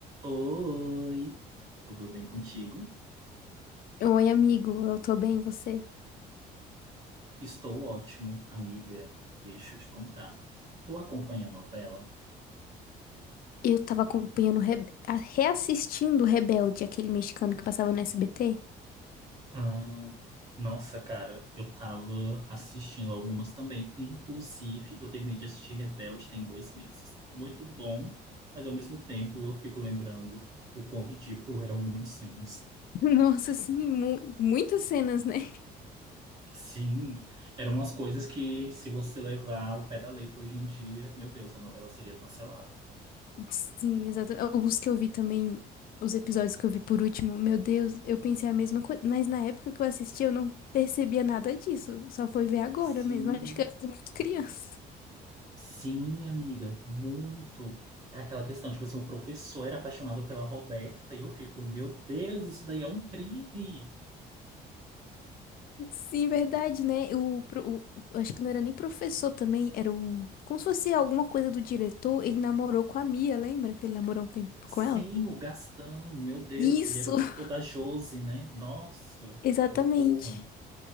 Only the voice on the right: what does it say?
Oi, tudo bem contigo?
Estou ótimo, amiga. Deixa eu te contar. Tu acompanha a novela?
Ah, nossa, cara, eu tava assistindo algumas também. Inclusive, eu terminei de assistir Rebelde tem dois meses. Muito bom, mas ao mesmo tempo eu fico lembrando o quão ridículo eram algumas cenas.
Sim, eram umas coisas que, se você levar o pé da letra hoje em dia, meu Deus, a novela seria cancelada.
Sim.
Sim, amiga, muito. É aquela questão, tipo assim, o professor era apaixonado pela Roberta e eu fico, meu Deus, isso daí é um crime.
Sim,
o Gastão, meu Deus,
ele era o tutor
da Josi, né? Nossa,
socorro.